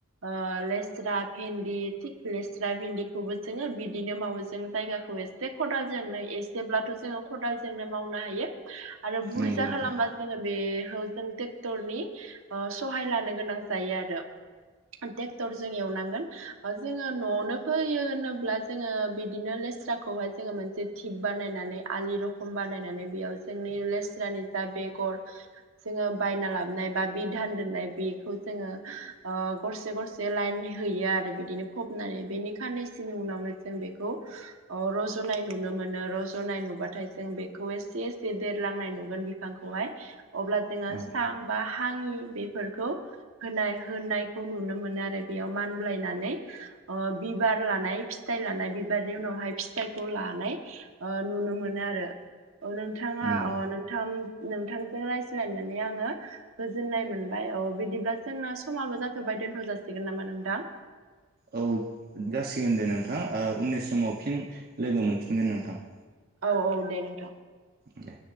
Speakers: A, on the right; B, on the right.
A: ओ लेस्रा भेन्दि थिक लेस्रा भेन्दिखौबो जोङो बिदिनो मावो जों जायगाखौ ए जे खदालजोंनो एसेब्लाथ' जोङो खदालजोंनो मावनो हायो। आरो बुरजा
B: नंगौ नोंथां
A: खालामबा जोङो बे जों ट्रेक्टरनि सहाय लानो गोनां जायो आरो। ट्रेक्टर जों एवनांगोन जोङो न'आवनो फैयो होनोब्ला जोङो बिदिनो लेस्रा खौहाय जोङो मोनसे थिख बानायनानै आलि रखम बानायनानै बेयाव जोंनि लेस्रानि जा बेगर जोङो बायना लाबोन बा बि धान दोननाय बेखौ जोङो ओ गरसे गरसे जे लाइन हैयो आरो बिदिनो फबनानै बेनि खाननैसोनि उनावनो जों बेखौ अ रज'नाय नुनो मोनो रज'नाय नुबाथाय जों बेखौ एसे जे देरलांनाय नुगोन बिफांखौहाय अब्ला जोङो
B: औ
A: सां बा फाङि बेफोरखौ होनाय होनायखौ नुनो मोनो आरो बेयाव मानब्लायनानै ओ बिबार लानाय फि थाइ लानाय बिबारनि उनावहाय फिथाइखौ लानाय ओ नुनो मोनो आरो ओ नों थाङा
B: नंगौ
A: अ नोंथां नोंथांजों रायज्लायनानै आङो गोजोननाय मोनबाय अ बिदिब्ला जोंना समाबो जाथ'बाय दोनथ' जासिगोन नामा नोंथां?
B: औ जासिगोन दे नोंथां ओ उननि समाव फिन लोगो मोनफिनगोन नोंथां।
A: औ औ दे नोंथां।
B: दे